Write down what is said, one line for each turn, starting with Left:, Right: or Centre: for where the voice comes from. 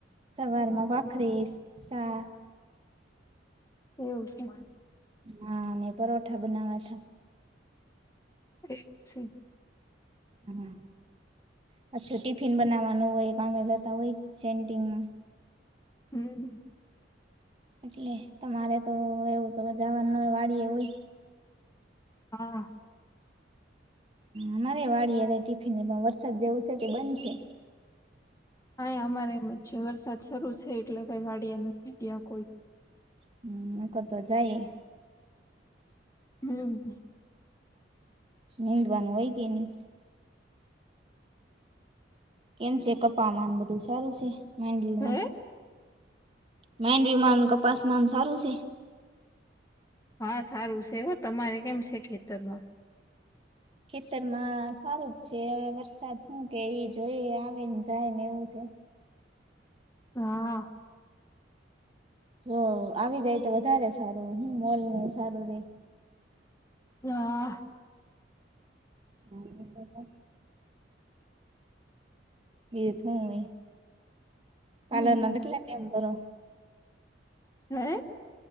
Right: સવારમાં ભાખરી સા.
Left: એવું છે.
Right: હા અને પરોઠા બનાવા તાં.
Left: એવુ છે.
Right: હમ્મ પાછું ટિફિન બનાવાનું હોય કામે જતા હોય સેન્ટિનમાં.
Left: હમ્મ.
Right: એટલે તમારે તો એવું તો જવાનું નય વાળીએ હોય.
Left: હા.
Right: અમારે વાડીએ જાય ટિફિન પણ વરસાદ જેવું છે તો બંધ છે.
Left: અહ્યા અમારે એમ છે વરસાદ શરૂ છે એટલે કઈ વાડીએ નથી ગયા કોઈ.
Right: હમ્મ નકર તો જાય.
Left: હમ્મ.
Right: નિંદવાનું હોય કે ની. કેમ છે કપાવા બધું સારું છે માંડવીમા.
Left: હે
Right: માંડવીમા ને કપાસમા સારું છે.
Left: હા સારું છે હો તમારે કેમ છે ખેતરમાં.
Right: ખેતરમાં સારું જ છે હવે વરસાદ શું કે એ જઈ આવે ને જાય ને એવું છે.
Left: હા.
Right: જો આવી જાય તો વધારે સારું હું મોલ ને એ સારું રે.
Left: હા.
Right: <unintelligible> <unintelligible> કાલરના
Left: હમ
Right: કેટલે ટાઈમ ભરો
Left: હે.